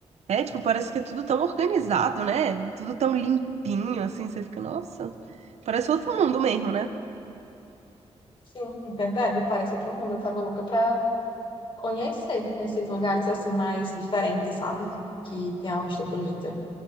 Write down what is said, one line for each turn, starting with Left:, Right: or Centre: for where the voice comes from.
Right: É, tipo, parece que é tudo tão organizado, né? Tudo tão limpinho, assim, você fica, nossa, parece outro mundo mesmo, né?
Left: Sim, é verdade, parece outro mundo. Eu tava louca pra conhecer esses lugares assim mais diferentes, sabe? Que tem uma vista bonita.